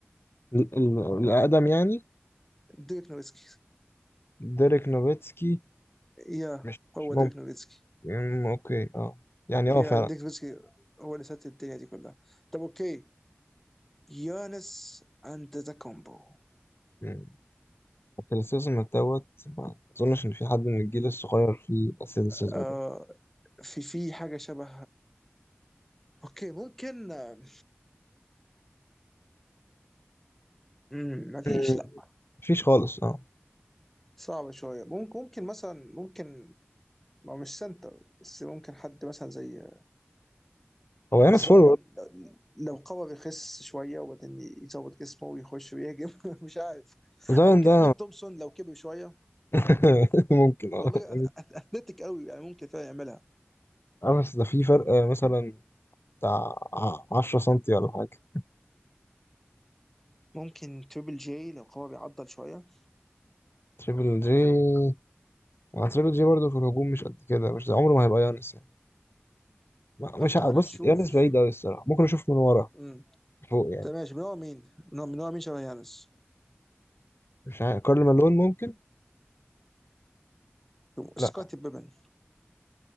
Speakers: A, on the left (about 65°); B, in the centre.
A: ال- ال- الاقدم يعني
B: ديريك نوفيتسكي
A: ديريك نوفيتسكي
B: يا
A: مش
B: هو
A: مش ممكن
B: ديريك نوفيتسكي
A: أمم، اوكي اه يعني
B: يا
A: اه فعلا
B: ديريك نوفيتسكي هو اللي سات الدنيا دي كلها طب اوكي يانس اند ذا كومبو
A: أمم، الاتليتيزم دوت ما اظنش ان في حد من الجيل الصغير فيه الاتليتيزم
B: آه
A: ده
B: في في حاجه شبه اوكي ممكن آه، مم، ما فيش
A: أمم،
B: لا
A: مفيش خالص اه
B: صعبه شويه ممكن ممكن مثلا ممكن ما هو مش سنتر بس ممكن حد مثلا زي
A: هو يانس
B: زايان
A: فورورد
B: لو قوى بيخس شويه وبعدين يظبط جسمه ويخش ويهجم <laughs> مش عارف
A: زاين
B: او ممكن
A: ده
B: امين تومسون لو كبر شويه
A: <laughs> ممكن اه
B: والله
A: يعني
B: أث- أث- اثليتيك قوي يعني ممكن فعلا يعملها
A: اه بس ده في فرق آه، مثلا بتاع 10 سنتي ولا حاجة
B: ممكن تريبل جي لو قوى بيعضل شويه
A: تريبل جي آه، تريبل جي برضه في الهجوم مش قد كده مش زي- عمره ما هيبقى يانس يعني ما- مش
B: طب
A: ع-
B: تعال
A: بص
B: نشوف
A: يانس بعيد أوي الصراحة ممكن أشوف من ورا
B: امم
A: فوق يعني
B: طب ماشي من هو مين؟ من هو من هو مين شبه يانس؟
A: مش عارف كارل مالون ممكن
B: سكوتي
A: لا
B: بيبن